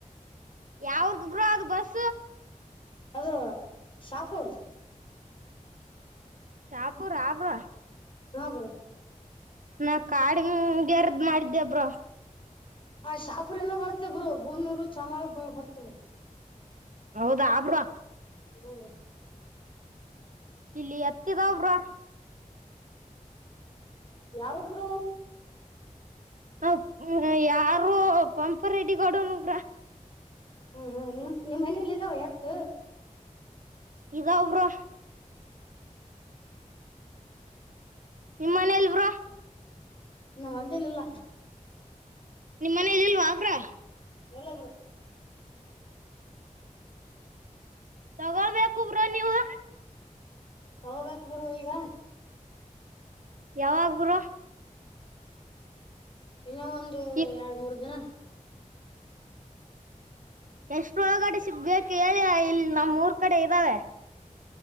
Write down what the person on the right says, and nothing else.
ಯಾವುರ್ದ ಬ್ರೋ ಅದ ಬಸ್ಸು.
ಶಾಪೂರ ಆ ಬ್ರೋ.
ನಾ ಕಾಡಗೆರ್ದ ಮಾಡಿದ್ದೆ ಬ್ರೋ.
ಹೌದಾ bro.
ಇಲ್ಲಿ ಎತ್ತಿದಾವ್ ಬ್ರೋ.
ಹ ಯಾರು ಪಂಪ ರೆಡಿ ಕೊಡೋನಗ್ರ
ಇದಾವ ಬ್ರೋ. ನಿಮ್ಮ ಮನೇಲ್ ಬ್ರೋ.
ನಿಮಮ್ಮನ ಇಲ್ಲಲ್ವಾಾಬ್ರೋ
ತಗೊಳ್ಬೇಕುಬ್ರ ನೀವು
ಯಾವಾಗಬ್ರೋ.
ಈ
ಎಷ್ಟು ಒಳಗಡೆ ಸಿಗ್ಬೇಕು ಹೇಳಿ ಇಲ್ಲಿ ನಮ್ಮ್ ಊರ್ ಕಡೆ ಇದ್ದಾವೆ.